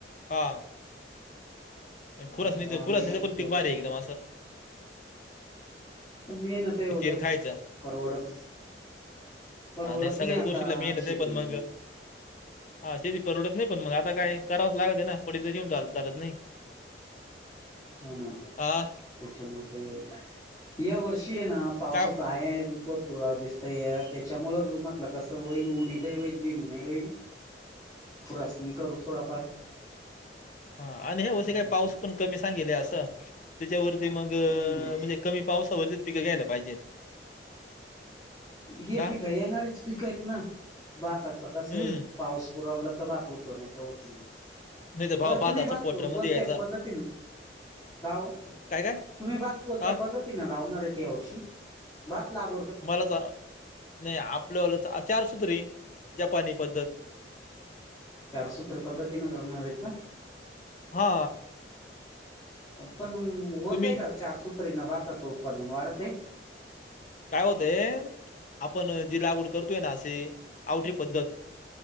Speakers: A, on the left; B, on the left.
A: हा! खुरासणीचं
B: त्याच्यामुळे आम्ही
A: खुरासनीचं
B: तेच
A: पण
B: ठेवतो
A: पिक भारी आहे. एकदम असं.
B: मी ना ठेवलय
A: तेल खायचं
B: परवडत परवडत
A: हा सगळ्याच
B: नाही आता
A: गोष्टीला मेहनत
B: शेती
A: आहे पण मग हा शेती परवडत नाही पण मग आता काय करावंच लागते ना पडीत त ही घेऊन चालत, चालत नाही
B: हा, ना,
A: हा
B: त्याच्यामुळ काय होत यावर अशी आहे ना पावसाचा
A: काय
B: आय या ना भर पूराळ दिसतया त्याच्यामुळं ग म्हटलं, कसं होईल, उडीदही होईल, भीईमूग ही होईल खुरासनी करू थोडाफार
A: हा आणि हया वर्षी
B: म्हटलं
A: काय, पाऊस पण कमी सांगितलाय असं, त्याच्यावर ते मग,
B: हम्म
A: म्हणजे कमी पावसावरती पिकं घ्यायला पाहिजेत.
B: हे
A: ना
B: पिकं येणारीच पिकं आहेत, ना भाताचं कसंय
A: हम्म
B: पाऊस पुरवलं तर भात होतो, नाही त होत नाही
A: नाही तर भाऊ
B: बरं
A: भाताचा
B: तुम्ही बात
A: पोटरामध्ये
B: कोणत्या
A: यायचा
B: पद्धतीन का ओ
A: काय काय
B: तुम्ही भात कोणत्या
A: हा
B: पद्धतीने लावणार आहेत या वर्षी भात लाग
A: मला तर नाही आपलं वाल चारसूत्री जपानी पद्धत.
B: चारसूत्र पद्धतीने करणार आहेत का
A: हा
B: पन होतय
A: तुम्ही
B: का चार सूत्रेना बाताच उत्पादन वाढतय
A: काय होतंय आपण जी लागवड करतोय ना असशी आवठी पद्धत